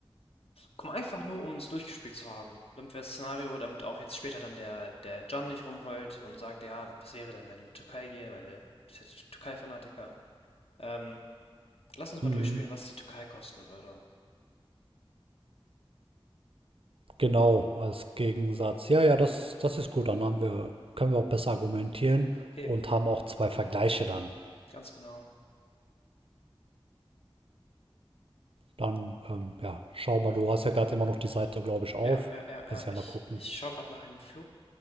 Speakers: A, on the left (about 85°); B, on the right (about 70°).
A: Komm, einfach nur, um es durchgespielt zu haben. Damit wir das Szenario, damit auch jetzt später dann der, der John nicht rumheult und sagt, ja, was wäre denn, wenn wir in die Türkei gehen, weil der ist jetzt Türkei-Fanatiker. Ähm, lass uns mal
B: Mhm.
A: durchspielen, was die Türkei kosten würde.
B: Genau, als Gegensatz. Ja, ja, das, das ist gut. Dann haben wir, können wir auch besser argumentieren
A: Eben,
B: und haben auch zwei Vergleiche dann.
A: ganz genau.
B: Dann, ähm, ja, schau mal, du hast ja gerade immer noch die Seite, glaube ich, auf.
A: Ja, ja, ja, ja.
B: Kannst ja
A: Ich,
B: mal gucken.
A: ich schaue gerade nach einem Flug.